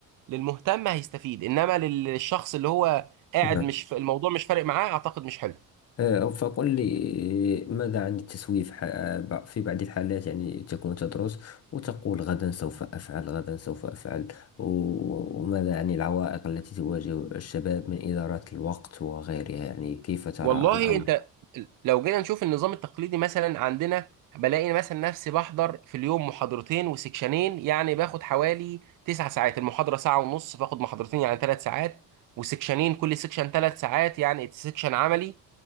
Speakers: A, on the right; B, on the left.
A: للمهتم هيستفيد انما لل- للشخص اللي هو قاعد
B: نعم
A: مش في الموضوع مش فارق معاه اعتقد مش حلو
B: آه، فقل لي ماذا عن التسويف ح- ب- في بعض الحالات يعني تكون تدرس وتقول غدا سوف أفعل غدا سوف أفعل و- وماذا عن العوائق التي تواجه الشباب من إدارة الوقت وغيرها يعني كيف ترى
A: والله
B: الأمر؟
A: انت لو جينا نشوف النظام التقليدي مثلا عندنا بلاقي مثلا نفسي بحضر في اليوم محاضرتين وسكشنين يعني باخد حوالي تسع ساعات المحاضرة ساعة ونص باخد محاضرتين يعني ثلاث ساعات وسكشنين كل سكشن ثلاث ساعات يعني سكشن عملي